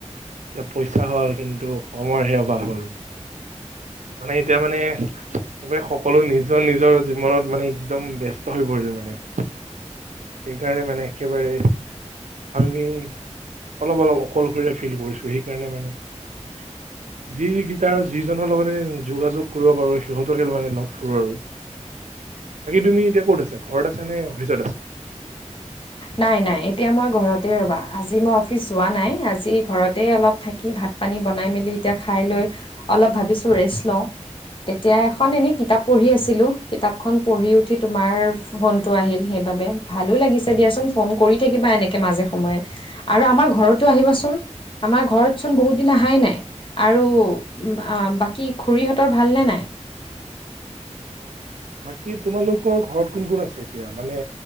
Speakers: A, on the right (about 80°); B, on the left (about 45°).
A: এয়া পইচা হল কিন্তু সময় হে অভাব হ'ল। মানে এতিয়া মানে এইব সকলো নিজৰ নিজৰ জীৱনত মানে একদম ব্যস্ত হৈ পৰিছিল মানে। সেইকাৰণে মানে একেবাৰে আমি অলপ অলপ অকলশৰৰে ফিল কৰিছো সেইকাৰণে মানে <unintelligible> যি গেইটাৰ যিজনৰ লগতে যোগাযোগ কৰিব পাৰো সিহঁতকে মানে লগ ধৰো আৰু। বাকী তুমি এতিয়া ক'ত আছা? ঘৰত আছা নে অফিচত আছা?
B: নাই নাই এতিয়া মই ঘৰতে ৰবা, আজি মই অফিচ যোৱা নাই আজি ঘৰতে অলপ থাকি ভাত পানী বনাই মেলি এতিয়া খাই লৈ অলপ ভাবিছোঁ ৰেষ্ট লওঁ। তেতিয়া এখন এনে কিতাপ পঢ়ি আছিলোঁ, কিতাপখন পঢ়ি উঠি তোমাৰ ফোনটো আহিল, সেই বাবে ভালো লাগিছে। দিয়াচোন ফোন কৰি থাকিবা এনেকে মাজে সময়ে আৰু আমাৰ ঘৰতো আহিবাচোন। আমাৰ ঘৰতচোন বহুত দিন আহাই নাই আৰু আ বাকী খুৰীহঁতৰ ভালনে নাই?
A: ? <inaudible> কি তোমালোকৰ ঘৰত কোন কোন আছে এতিয়া মানে